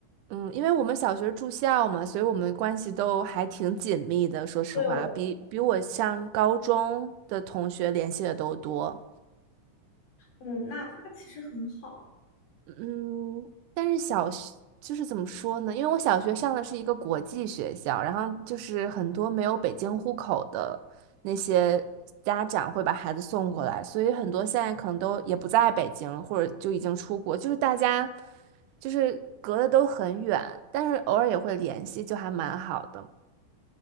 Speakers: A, on the right; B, on the left.
A: 嗯，因为我们小学住校嘛，所以我们关系都还挺紧密的，说实话，
B: 对哦，
A: 比比我上高中的同学联系的都多。
B: 嗯，那那其实很好。
A: 嗯，但是小学就是怎么说呢？因为我小学上的是一个国际学校，然后就是很多没有北京户口的那些家长会把孩子送过来，所以很多现在可能都也不在北京，或者就已经出国，就是大家就是隔得都很远，但是偶尔也会联系，就还蛮好的。